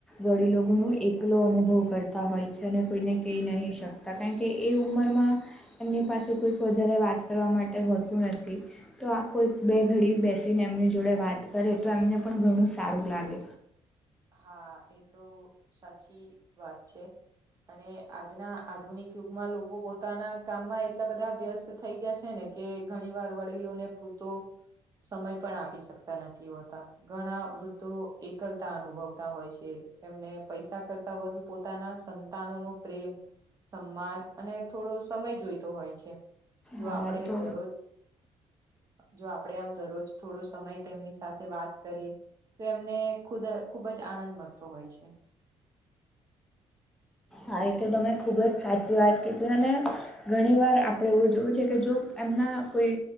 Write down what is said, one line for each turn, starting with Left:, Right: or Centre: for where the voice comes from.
Centre: વડીલોનું એકલો અનુભવ કરતા હોય છે. અને કોઈને કેઈ નહીં શકે. કારણ કે એ ઉંમરમાં એમની પાસે કોઈક વધારે વાત કરવા માટે હોતું નથી. તો આ કોઈક બે ઘડી બેસીને એમની જોડે વાત કરે તો એમને પણ ઘણું સારું લાગે.
Right: હા એ તો સાચી વાત છે. અને આજના આધુનિક યુગમાં લોકો પોતાના કામમાં એટલા બધા વ્યસ્ત થઈ ગયા છે ને કે ઘણી વાર વડીલોને પૂરતો સમય પણ આપી શકતા નથી હોતા. ઘણા વૃદ્ધો એકલ તા અનુભવતા હોય છે. એમને પૈસા કરતા વધુ પોતાના સંતાનો નો પ્રેમ સન્માન અને થોડો સમય જોઈતો હોય છે. જો
Centre: હા
Right: આપણેે
Centre: તો
Right: દરરોજ જો આપડે આમ દરરોજ થોડો સમય તેમની સાથે વાત કરીએ. તો એમને ખુદ ખુબ જ આનંદ મળતો હોય છે. <inaudible>
Centre: હા એ તો તમે ખૂબ જ સાચી વાત કીધી. અને ઘણીવાર આપણે એવું જોવું છે કે જો એમના કોઈ